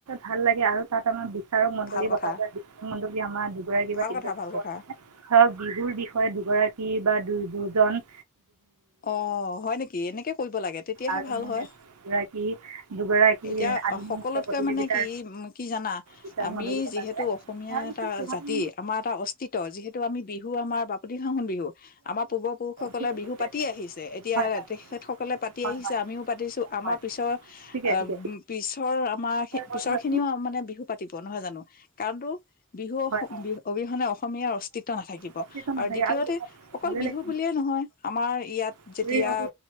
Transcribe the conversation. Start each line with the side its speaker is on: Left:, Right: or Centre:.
Right: ভাল লাগে আৰু তাত আমাৰ বিচাৰক মণ্ডলী
Left: ভাল কথা
Right: পতা যায় বিচাৰক মণ্ডলী আমাৰ দুগৰাকী
Left: ভাল
Right: বা তিনিগৰাকী,
Left: কথা ভাল কথা
Right: ধৰক বিহুৰ বিষয় দুগৰাক কি বা দু-দুজন।
Left: অ', হয় নেকি এনেকে কৰিব লাগে তেতিয়াহে
Right: আৰু
Left: ভাল
Right: মানে
Left: হয়,
Right: দুগৰাকী দুগৰাকী
Left: এতিয়া
Right: আধুনিক
Left: সকলোতকৈ
Right: নৃত্য প্ৰতিযোগিতাৰ
Left: মানে কি কি জানা,
Right: বিচাৰক
Left: আমি
Right: মণ্ডলী পতা
Left: যিহেতু
Right: হয়।
Left: অসমীয়া
Right: তাৰপিছত
Left: এটা
Right: সিহঁতকো
Left: জাতি আমাৰ এটা অস্তিত্ব যিহেতু আমি বিহু আমাৰ <unintelligible> বিহু আমাৰ পূৰ্বপুৰুষসকলে
Right: ঠিকে
Left: বিহু
Right: কৈছে।
Left: পাতি আহিছে এতিয়া
Right: হয় হয়
Left: তেখেতসকলে পাতি
Right: হয়
Left: আহিছে
Right: হয়
Left: আমিও পাতিছো আমাৰ
Right: হয়
Left: পিছৰ
Right: ঠিকে
Left: আহ
Right: ঠিকে
Left: পিছৰ, আমাৰ
Right: হয়
Left: পিছৰ
Right: হয়
Left: খিনিও মানে বিহু পাতিব নহয় জানোঁ। কাৰণটো বিহু
Right: হয় হয়
Left: অবিহনে অসমীয়াৰ অস্তিত্ব নাথাকিব,
Right: সচেতন নাথাকে
Left: আৰু দ্বিতীয়তে, অকল
Right: ভালেই
Left: বিহু
Right: লাগে
Left: বুলিয়ে নহয় আমাৰ ইয়াত
Right: হুঁচৰি
Left: যেতিয়া
Right: গাওঁটো